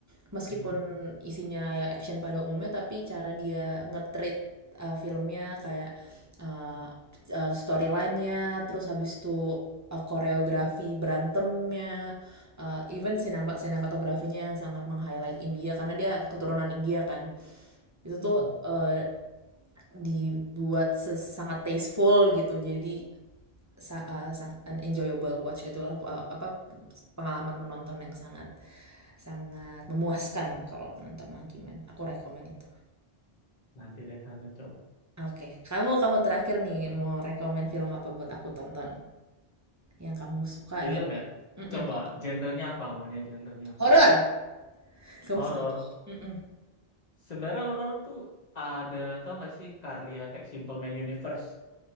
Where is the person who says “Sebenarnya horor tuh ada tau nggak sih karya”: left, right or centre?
Left